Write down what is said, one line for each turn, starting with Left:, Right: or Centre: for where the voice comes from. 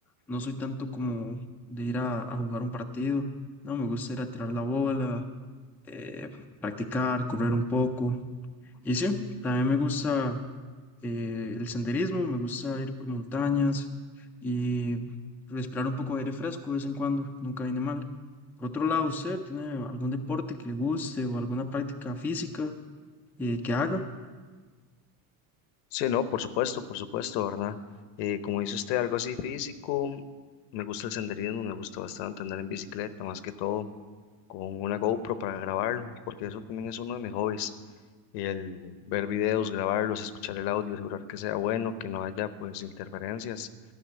Centre: No soy tanto como de ir a, a jugar un partido. No, me gusta ir a tirar la bola, eh, practicar, correr un poco. Y sí, también me gusta eh, el senderismo, me gusta ir por montañas y respirar un poco de aire fresco de vez en cuando, nunca viene mal. Por otro lado, ¿usted tiene algún deporte que le guste o alguna práctica física eh, que haga?
Left: Sí, no, por supuesto, por supuesto, ¿verdad? Eh, como dice usted, algo así físico, me gusta el senderismo, me gusta bastante andar en bicicleta, más que todo con una GoPro para grabarlo, porque eso también es uno de mis hobbies, el ver videos, grabarlos, escuchar el audio, asegurar que sea bueno, que no haya pues interferencias